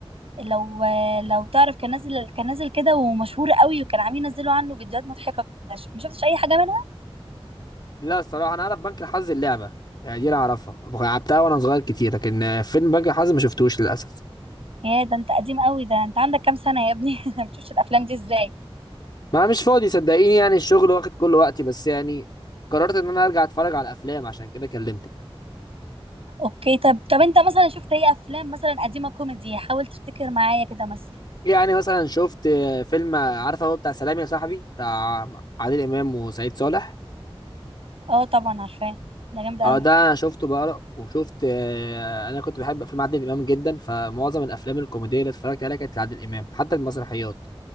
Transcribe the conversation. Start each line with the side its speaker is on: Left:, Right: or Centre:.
Right: لو لو تعرف كان نازل كان نازل كده ومشهور قوي وكان عاملين ينزلوا عنه فيديوهات مضحكة ما شفتش اي حاجة منها
Left: لا الصراحه انا اعرف بنك الحظ اللعبه يعني دي انا اعرفها لعبتها وانا صغير كتير لكن آه، فيلم بنك الحظ ما شفتوش للاسف
Right: يا ده انت قديم قوي ده انت عندك كام سنة يا ابني <laughs> ما بتشوفش الافلام دي ازاي
Left: ما مش فاضي صدقيني يعني الشغل واخد كل وقتي بس يعني قررت ان انا ارجع اتفرج على افلام عشان كده كلمتك
Right: اوكي طب طب انت مثلا شفت ايه افلام مثلا قديمة كوميدي حاول تفتكر معايا كده مثلا
Left: يعني مثلا شفت آه، فيلم آه، عارفه هو بتاع سلام يا صاحبي بتاع عادل امام وسعيد صالح
Right: اه طبعا عارفاه ده جامد قوي
Left: اه ده انا شفته بقى وشفت آه، انا كنت بحب افلام عادل امام جدا فمعظم الافلام الكوميديه اللي اتفرجت عليها كانت لعادل امام حتى المسرحيات